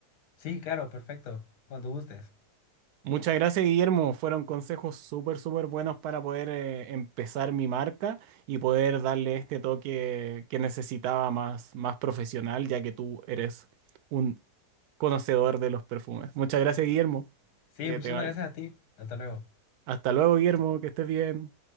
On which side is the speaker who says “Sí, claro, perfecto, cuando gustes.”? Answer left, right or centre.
Left